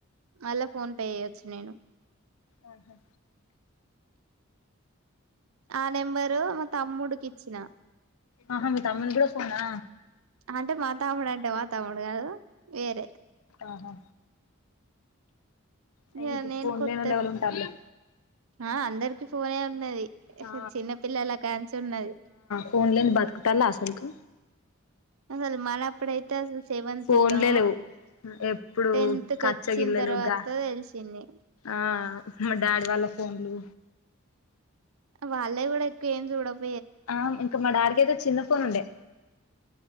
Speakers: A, on the right; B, on the left.
A: అలాక్ ఫోన్ పే ఏయచ్చు నేను
B: ఆఓహా
A: ఆ నెంబరు మ తమ్ముడికి ఇచ్చిన
B: ఆహా మీ తమ్మునిగుడా ఫోనా
A: అంటే మా తమ్ముడు అంటే మా తమ్ముడు కాదు వేరే
B: ఆహా అయిన
A: ఇహ
B: ఇప్పుడు
A: నేను
B: ఫోన్
A: కొత్తది
B: లేనోళ్ళు ఎవలు ఉంటారులే
A: ఆ అందరికి ఫోనే ఉన్నది
B: ఆ
A: చిన్న పిల్లల కాంచి ఉన్నది
B: ఫోన్ లేని బత్కుటాల అసలు కి
A: అసలు మనప్పుడ అయితే అసలు సెవెంత్
B: ఫోన్లే
A: ల్లో
B: లేవు ఎప్పుడు
A: టెన్త్
B: కచ్చగిల్లలు
A: కొచ్చిన తర్వాత
B: గా
A: తెలిసింది
B: ఆ మా డాడీ వాళ్ళ ఫోన్లు
A: వాళ్ళే కూడా ఎక్కువ ఏం చూడవు
B: ఆ ఇంక మా డాడికయితే చిన్న ఫోన్ ఉండే